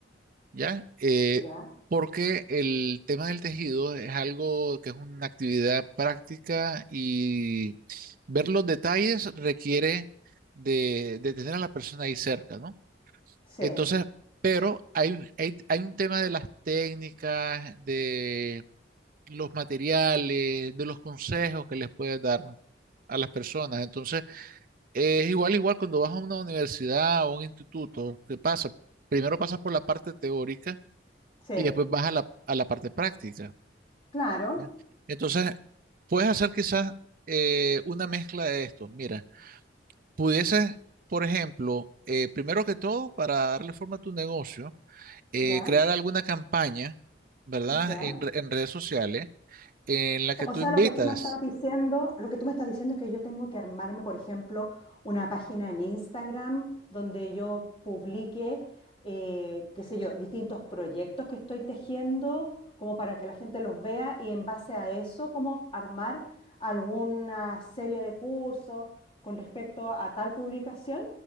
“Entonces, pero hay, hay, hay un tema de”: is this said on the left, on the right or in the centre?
Right